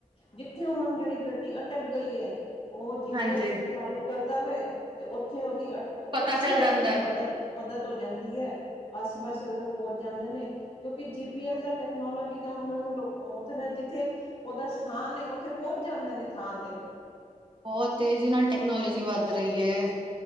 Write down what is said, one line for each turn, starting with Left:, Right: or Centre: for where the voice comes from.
Left: ਜਿੱਥੇ ਹੁਣ ਜੇੜੀ ਗੱਡੀ ਅਟਕ ਗਈ ਏ, ੳਹ ਜੀ
Right: ਹਾਂਜੀ
Left: ਪੀ ਐਸ ਚਾਲੂ ਕਰਦਾ ਵੇ ਤੇ ੳਥੇ ੳਦੀ ਅਟਕ
Right: ਪਤਾ
Left: ੳਸੇ
Right: ਚੱਲ
Left: ਵੇਲੇ
Right: ਜਾਂਦਾ
Left: ੳਦੀ
Right: ਹੈ
Left: ਮਦਦ ਮਦਦ ਹੋ ਜਾਂਦੀ ਐ, ਆਸੇ
Right: ਹਮ
Left: ਪਾਸੇ ੳਦੇ ਕੋਲ ਪਹੁੰਚ ਜਾਂਦੇ ਨੇ ਕਿਉਂਕਿ ਜੀ ਪੀ ਐਸ ਦਾ ਟੈਕਨੋਲੋਜੀ ਦਾ ੳਨਾ ਨੂੰ ਲੋਕ ੳਥੇ ਨੇ ਜਿੱਥੇ ੳਦਾ ਸਥਾਨ ਏ ੳਥੇ ਪੋੰਚ ਜਾਂਦੇ ਨੇ ਥਾਂ ਤੇ।
Right: ਬੋਤ ਤੇਜੀ ਨਾਲ ਟੈਕਨੋਲੋਜੀ ਵੱਧ ਰਈ ਏ।